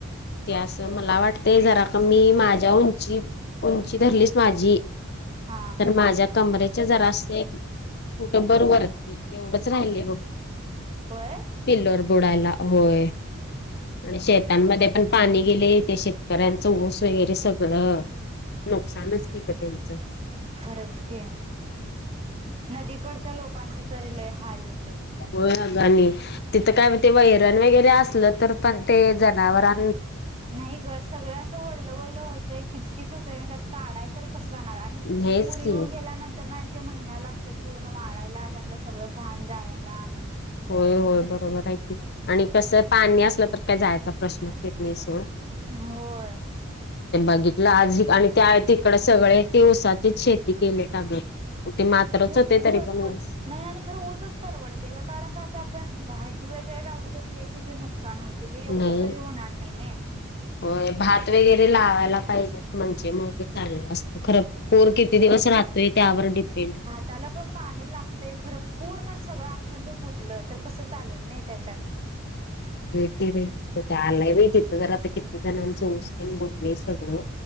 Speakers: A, on the left; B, on the right.
A: ते असं मला वाटते जरा कमी माझ्या उंची उंची धरलीच माझी.
B: हा
A: तर माझ्या कमरेचा जरा असते. कुठं बर वरती एवढंच राहिलय बघ.
B: होय
A: पिल्लर बुडायला होय. आणि शेतांमध्ये पण पाणी गेले ते शेतकऱ्यांचं ऊस वेगैरे सगळं नुकसानच कितं यांचा.
B: खरंच की नदीकडच्या लोकांच तरी लय हाल होतयं.
A: होयं अग आणि तिथं काय ते वैरण वेगैरे असलं तर पण ते जनावरां
B: नाही गं सगळं असं वल्ल वल्ल होतय किचकीच होतंय त्यात काढाय तरी कसं जाणार आणि
A: हेच
B: पूर येऊन
A: की
B: गेल्यानंतर नाय ते महिना लागते पूर्ण वाळायला त्यात इथलं सगळं घाण जायला
A: होय-होय बरोबर आहे आणि कसं पाणी असलं तर काय जायचा प्रश्नच येत नाही सोड.
B: हम्म होय.
A: ते बघितलं आज आणि त्या तिकडं सगळे ती उसाची शेती केले त्या गं. ते मात्रच होते
B: ऊसच
A: तरी
B: परवड
A: पण ओस
B: नाही आणि खरं उसच परवडते का कारण का असं आपण भाजी वेगैरे लावलो तर ते किती नुकसान होत. ते हे एवढं
A: नाही
B: तरी होणार नाही नये.
A: होय भात वेगैरे लावायला पाहिजेत म्हणजे मग चाललं असतं खरं. पूर किती दिवस राहतोय त्यावर डिपेंड.
B: त्याला पण पाणी लागतंय खरं पूर्ण सगळं अखंड बुडलं तर कसं चालेल नाही त्याच्यात.
A: येते रे त्या आलाय वई तिथं जर आता किती जणांचं उस तेन बुडले सगळं.